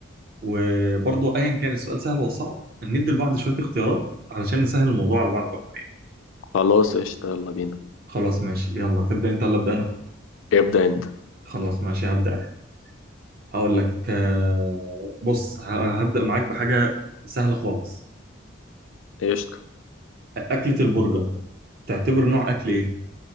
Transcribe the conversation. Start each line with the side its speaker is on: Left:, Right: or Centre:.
Right: وبرضه ايا كان السؤال سهل ولا صعب ندي لبعض شوية اختيارات علشان نسهل الموضوع على بعض اكتر
Left: خلاص قشطة يلا بينا
Right: خلاص ماشي يلا تبدأ انت ولا ابدأ انا
Left: ابدأ انت
Right: خلاص ماشي هبدأ انا هقول لك آه، بص ه- هبدأ معاك بحاجة سهلة خالص
Left: قشطة
Right: أكلة البرجر تعتبر نوع أكل إيه؟